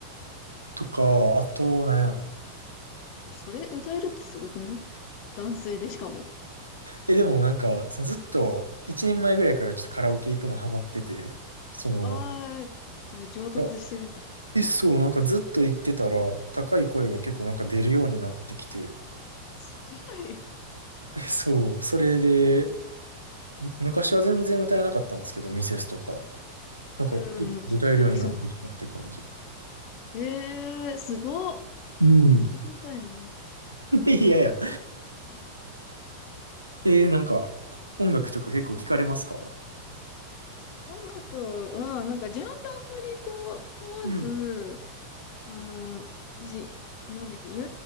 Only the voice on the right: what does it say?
とか、あと、なんやろ。
え、でもなんか、そのずっと、1年前ぐらいからちょっとカラオケ行くのハマってて、その、
あえ、そう、なんかずっと行ってたら、高い声が結構なんか出るようになってきて、
えそう、それで、む昔は全然歌えなかったんですけど、ミセスとか、なんか、
歌えるようになってきたって感じ。
うん。
<laughs> いやいや、
えー、なんか、音楽とか結構聞かれますか
うん。